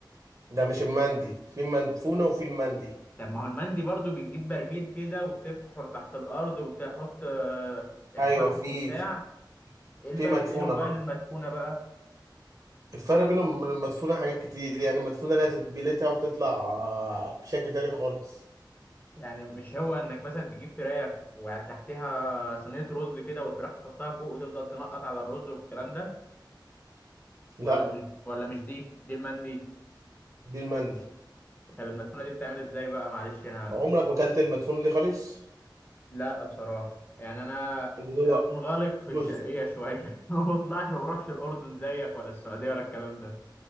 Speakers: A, on the right (about 40°); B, on the left (about 20°).
A: ده مش المندي في مدفونة وفي المندي
B: طب ما هو المندي برضو بتجيب برميل كده وتفحر تحت الأرض وتحط آه، فحم
A: أيوة في
B: وبتاع
A: في
B: ايه الفرق
A: في مدفونة
B: بينه وبين
A: برضه
B: المدفونة بقى؟
A: الفرق بينهم من المدفونة حاجات كتير يعني المدفونة لها تتبيلتها وبتطلع آه، بشكل تاني خالص
B: يعني مش هو انك مثلا تجيب فراخ وتحتها صينية رز كده والفراخ تحطها فوق وتفضل تنقط على الرز والكلام ده
A: لا
B: ولا مش ولا مش دي دي المندي
A: دي المندي
B: طب المدفونة دي بتعمل ازاي بقى معلش انا
A: عمرك ما أكلت المدفونة دي خالص
B: لا بصراحة يعني انا
A: اللي هو
B: منغلق في
A: بص
B: الشرقية شوية <laughs> ما بطلعش ما بروحش الأردن زيك ولا السعودية ولا الكلام ده